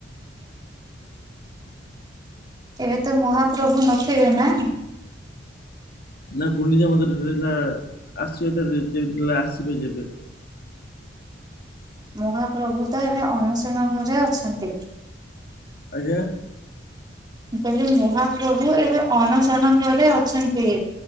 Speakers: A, on the right; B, on the left.
A: ଏବେ ତ ମହାପ୍ରଭୁ ନଥିବେ ନା।
B: ନା ଗୁଣ୍ଡିଚା ମନ୍ଦିରେ ନା ଆସିବତ ଆସିବେ ଯେବେ।
A: ମହାପ୍ରଭୁ ତ ଏବେ ଅଣସଣ ଘରେ ଅଛନ୍ତି।
B: ଆଜ୍ଞା।
A: କହିଲି ମହାପ୍ରଭୁ ଏବେ ଅଣଶଣ ଘରେ ଅଛନ୍ତି।